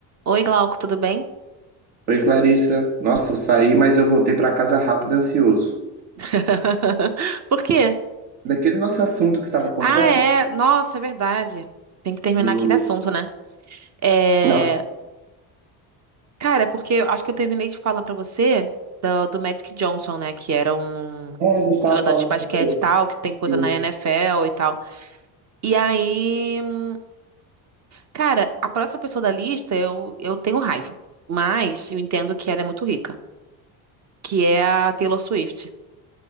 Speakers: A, on the right (about 40°); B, on the right (about 80°).
A: Oi, Glauco, tudo bem?
B: Oi, Clarissa. Nossa, eu saí, mas eu voltei para casa rápido e ansioso.
A: <laughs> Por quê?
B: Daquele nosso assunto que você estava contando?
A: Ah, é. Nossa, é verdade. Tem que terminar
B: Do...
A: aquele assunto, né? É...
B: Não.
A: Cara, é porque eu acho que eu terminei de falar pra você do, do Magic Johnson, né? Que era um
B: É, a gente estava
A: jogador
B: falando
A: de basquete
B: sobre
A: e tal, que tem coisa
B: assim,
A: na NFL e tal. E aí, hum, cara, a próxima pessoa da lista eu, eu tenho raiva. Mas eu entendo que ela é muito rica, que é a Taylor Swift.